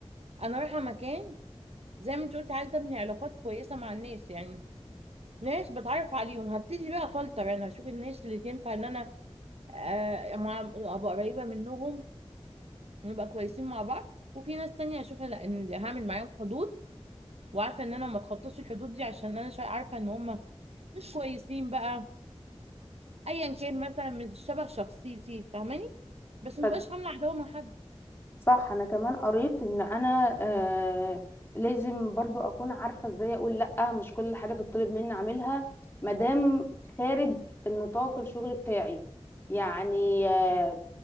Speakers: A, on the right; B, on the left.
A: انا رايحه مكان زي ما انت قلتي عايزه ابني علاقات كويسه مع الناس يعني ناس بتعرف عليهم هبتدي بقى فلتر انا هشوف الناس اللي تنفع ان انا آه مع ابقى قريبه منهم ونبقى كويسين مع بعض وفي ناس تانية هشوف لا ان هعمل معاهم حدود وعارفه ان انا ما اتخطاش الحدود دي عشان انا شا- عارفه ان هم مش كويسين بقى ايا كان مثلا مش شبه شخصيتي فاهماني بس مبقاش
B: صد-
A: عامله عداوه مع حد
B: صح انا كمان قريت ان انا آه لازم برضو اكون عارفه ازاي اقول لا مش كل حاجه تطلب مني اعملها مادام خارج النطاق الشغل بتاعي يعني آه